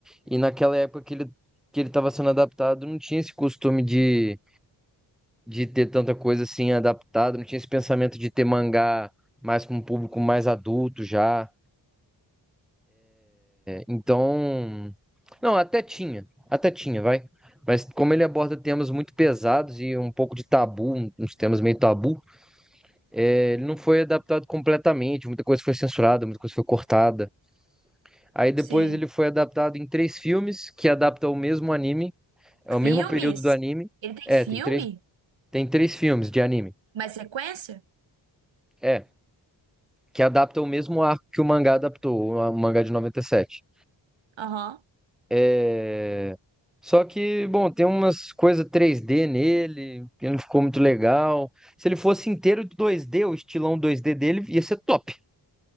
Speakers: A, in the centre; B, on the right (about 85°).
A: E naquela época que ele, que ele estava sendo adaptado, não tinha esse costume de, de ter tanta coisa assim adaptada, não tinha esse pensamento de ter mangá mais para um público mais adulto já. Então, não, até tinha, até tinha, vai. Mas como ele aborda temas muito pesados e um pouco de tabu, um- uns temas meio tabu, é, ele não foi adaptado completamente, muita coisa foi censurada, muita coisa foi cortada. Aí depois
B: Sim.
A: ele foi adaptado em três filmes que adaptam o mesmo anime, é o mesmo
B: Filmes?
A: período do anime.
B: Ele tem
A: É,
B: filme?
A: tem três, tem três filmes de anime.
B: Mais sequência?
A: É, que adaptam o mesmo arco que o mangá adaptou, o mangá de noventa e sete
B: Aham.
A: É... Só que, bom, tem umas coisas 3D nele, que não ficou muito legal. Se ele fosse inteiro 2D, o estilão 2D dele ia ser top.